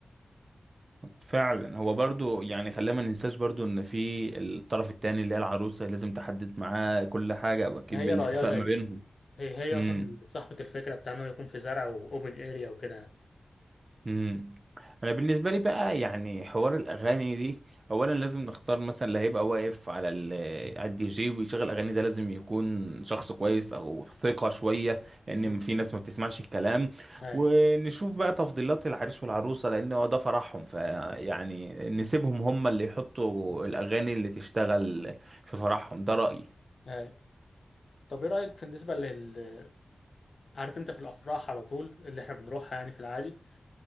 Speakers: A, on the right (about 50°); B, on the left (about 70°).
A: فعلا هو برضو يعني خلينا ما ننساش برضو ان في الطرف التاني اللي هي العروسه لازم تحدد معاه كل حاجه واكيد
B: ما هي
A: بالاتفاق
B: رأيها زي
A: ما بينهم
B: هي هي
A: امم
B: اصلا اللي صاحبة الفكرة بتاع انه يكون في زرع واوبن اريا وكده
A: امم انا بالنسبه لي بقى يعني حوار الاغاني دي اولا لازم نختار مثلا اللي هيبقى واقف على ال- على الدي جي ويشغل اغاني ده لازم يكون شخص كويس او ثقه شويه
B: بالظبط
A: لان في ناس ما بتسمعش الكلام
B: هاي
A: ونشوف بقى تفضيلات العريس والعروسه لان هو ده فرحهم فيعني نسيبهم هم اللي يحطوا الاغاني اللي تشتغل في فرحهم ده رايي
B: هاي طب ايه رأيك في بالنسبة لل عارف انت في الافراح على طول اللي احنا بنروحها يعني في العادي